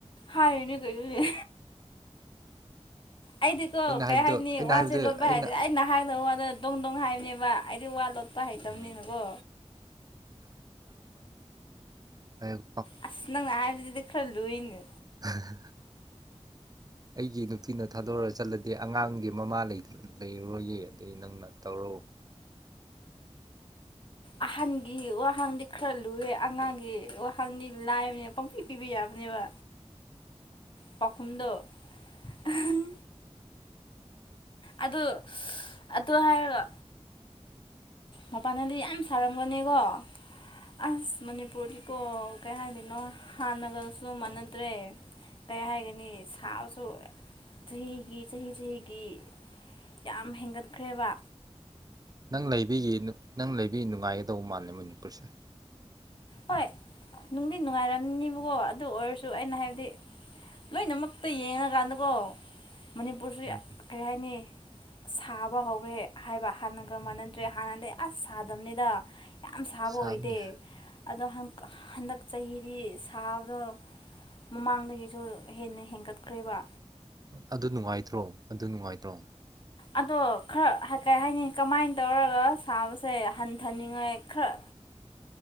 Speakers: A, on the left (about 50°); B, on the right (about 35°).
A: ꯍꯥꯏꯔꯨꯏꯅꯦ ꯀꯩꯅꯣꯅꯦ ꯑꯩꯗꯤꯀꯣ
B: ꯑꯩꯅ
A: ꯀꯩ
B: ꯍꯥꯏꯕꯗꯣ
A: ꯍꯥꯏꯅꯤ
B: ꯑꯩꯅ
A: ꯋꯥꯁꯦ
B: ꯍꯥꯏꯕꯗꯣ
A: ꯂꯣꯠꯄ
B: ꯑꯩꯅ
A: ꯍꯩꯔꯦ ꯑꯩ ꯅ ꯍꯥꯏꯗꯣ ꯋꯥꯗꯣ ꯗꯣꯡ ꯗꯣꯡ ꯍꯥꯏꯕꯅꯦꯕ ꯋꯥ ꯑꯩꯗꯤ ꯋꯥ ꯂꯣꯠꯄ ꯍꯩꯇ꯭ꯕꯅꯤꯅꯀꯣ
B: ꯎꯝ ꯑ꯭ꯩꯒ
A: ꯑꯁ ꯅꯪꯅ ꯍꯥꯏꯕꯗꯨꯗꯤꯗꯤ ꯈꯔ ꯂꯨꯏꯅꯦ
B: ꯍꯥ ꯍꯥ ꯍꯥ ꯑꯩꯒꯤ ꯅꯨꯄꯤꯅ ꯊꯥꯗꯣꯔ ꯆꯠꯂꯗꯤ ꯑꯉꯥꯡꯒꯤ ꯃꯃꯥ ꯂꯩꯇ꯭ꯔ ꯂꯩꯌꯦ ꯂꯩꯌꯦ ꯑꯗꯩ ꯅꯪꯅ ꯇꯧꯔꯣ
A: ꯑꯍꯟꯒꯤ ꯋꯥꯍꯪꯗꯤ ꯈꯔ ꯂꯨꯑꯦ ꯑꯉꯥꯡꯒꯤ ꯋꯥꯍꯪꯗꯤ ꯂꯥꯏꯕꯅꯦ ꯄꯪꯄꯤ ꯄꯤꯕ ꯌꯥꯕ ꯅꯦꯕ ꯄꯥꯎꯈꯨꯝꯗꯣ ꯑꯍꯪ ꯑꯗꯨ ꯑꯗꯨ ꯍꯥꯏꯔꯒ ꯃꯄꯥꯟꯗꯗꯤ ꯌꯥꯝ ꯁꯥꯔꯝꯒꯅꯤꯀꯣ ꯑꯁ ꯃꯅꯤꯄꯨꯔꯗꯤꯀꯣ ꯀꯩ ꯍꯥꯏꯗꯣꯏꯅꯣ ꯍꯥꯟꯅꯒꯁꯨ ꯃꯥꯟꯅꯗ꯭ꯔꯦ ꯀꯩ ꯍꯥꯏꯒꯅꯤ ꯁꯥꯕꯁꯨ ꯆꯍꯤꯒꯤ ꯆꯍꯤ ꯆꯍꯤꯒꯤ ꯌꯥꯝ ꯍꯦꯟꯒꯠꯈ꯭ꯔꯦꯕ
B: ꯅꯪ ꯂꯩꯕꯤꯒꯤ ꯅꯪ ꯂꯩꯕꯤ ꯅꯨꯡꯉꯥꯏꯒꯗꯧꯕ ꯃꯥꯜꯂꯦ ꯃꯅꯤꯄꯨꯔꯁꯦ
A: ꯍꯣꯏ ꯅꯨꯡꯗꯤ ꯅꯨꯡꯉꯥꯏꯔꯝꯅꯤꯕꯀꯣ ꯑꯗꯨ ꯑꯣꯏꯔꯁꯨ ꯑꯩꯅ ꯍꯥꯏꯕꯗꯤ ꯂꯣꯏꯅꯃꯛꯇ ꯌꯦꯡꯉꯀꯥꯟꯗꯀꯣ ꯃꯅꯤꯄꯨꯔꯁꯨ
B: ꯎꯝ
A: ꯀꯔꯤ ꯍꯥꯏꯅꯤ ꯁꯥꯕ ꯍꯧꯔꯦ ꯍꯥꯏꯕ ꯍꯥꯟꯅꯒ ꯃꯥꯟꯅꯗ꯭ꯔꯦ ꯍꯥꯟꯅꯗꯤ ꯑꯁ ꯁꯥꯗꯝꯕꯅꯤꯗ ꯌꯥꯝ ꯁꯥꯕ
B: ꯁꯥꯕꯅꯦ
A: ꯑꯣꯏꯗꯦ ꯑꯗꯣ ꯍꯟꯗꯛ ꯆꯍꯤꯗꯤ ꯁꯥꯕꯗꯣ ꯃꯃꯥꯡꯗꯒꯤꯁꯨ ꯍꯦꯟꯅ ꯍꯦꯟꯒꯠꯈ꯭ꯔꯦꯕ
B: ꯑꯗꯨ ꯅꯨꯡꯉꯥꯏꯇ꯭ꯔꯣ ꯑꯗꯨ ꯅꯨꯡꯉꯥꯏꯇ꯭ꯔꯣ
A: ꯑꯗꯣ ꯈꯔ ꯀꯩ ꯍꯥꯏꯅꯤ ꯀꯃꯥꯏꯅ ꯇꯧꯔꯒ ꯁꯥꯕꯁꯦ ꯍꯟꯊꯅꯤꯡꯉꯥꯏ ꯈꯔ